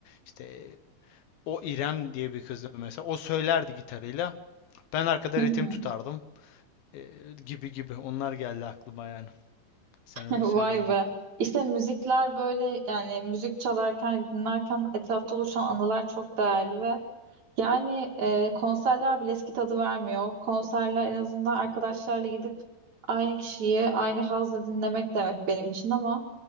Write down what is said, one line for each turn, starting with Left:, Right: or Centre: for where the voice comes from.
Left: İşte o İrem diye bir kızdı mesela. O söylerdi gitarıyla. Ben arkada
Right: Hı
Left: ritim
Right: hı.
Left: tutardım. E, gibi gibi. Onlar geldi aklıma yani. Sen
Right: <laughs>
Left: öyle
Right: Vay
Left: söyleyince.
Right: be. İşte müzikler böyle yani müzik çalarken dinlerken etrafta oluşan anılar çok değerli ve yani e, konserler bile eski tadı vermiyor. Konserler en azından arkadaşlarla gidip aynı kişiyi aynı hazla dinlemek demek benim için ama